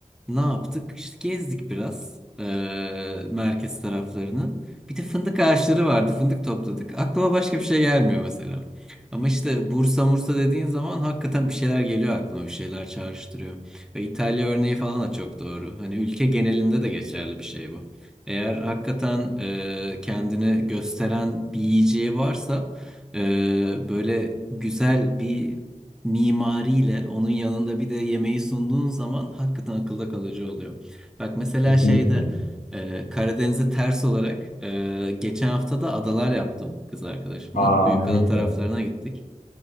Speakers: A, in the centre; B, on the left.
A: Ne yaptık? İşte gezdik biraz eee, merkez taraflarını. Bir de fındık ağaçları vardı. Fındık topladık. Aklıma başka bir şey gelmiyor mesela. Ama işte Bursa Mursa dediğin zaman hakikaten bir şeyler geliyor aklıma. Bir şeyler çağrıştırıyor. Ve İtalya örneği falan da çok doğru. Hani ülke genelinde de geçerli bir şey bu. Eğer hakikaten eee, kendini gösteren bir yiyeceği varsa eee, böyle güzel bir mimariyle onun yanında bir de yemeği sunduğun zaman hakikaten akılda kalıcı oluyor. Bak mesela
B: Kesinlikle.
A: şeyde e, Karadeniz'e ters olarak e, geçen hafta da adalar yaptım kız arkadaşımla.
B: Aa
A: Büyükada
B: ne güzel.
A: taraflarına gittik.